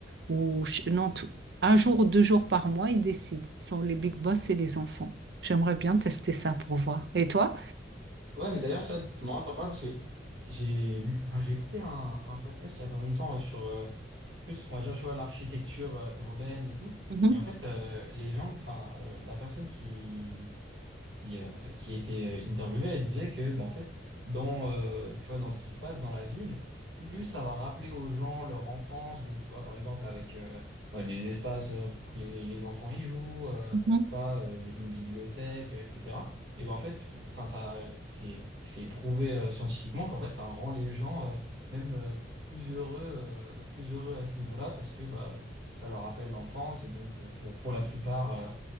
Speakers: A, on the right (about 60°); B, on the right (about 75°).
A: ou ch- non, tout- un jour ou deux jours par mois, ils décident. Ce sont les big boss et les enfants. J'aimerais bien tester ça pour voir. Et toi?
B: Ouais, mais d'ailleurs, ça, c'est marrant de t'en parler parce que j'ai lu, enfin, j'ai écouté un, un podcast il y a pas longtemps euh, sur, euh, plus, on va dire, je vois l'architecture euh, urbaine et tout.
A: Mhm,
B: Et en fait, euh, les gens, enfin, euh, la personne qui, qui, euh, qui était euh, interviewée, elle disait que, bah, en fait, dans, euh, tu vois, dans ce qui se passe dans la ville, plus ça va rappeler aux gens leur enfance. Donc, tu vois, par exemple, avec euh, bah, des espaces euh, pour que les, les enfants y jouent, euh,
A: mhm.
B: pas euh, une bibliothèque, euh, etc. Et ben en fait, enfin, ça, c'est, c'est prouvé euh, scientifiquement qu'en fait, ça rend les gens euh, même euh, plus heureux, euh, plus heureux à ce niveau-là parce que bah, ça leur rappelle l'enfance. Et donc, euh, pour, pour la plupart, euh,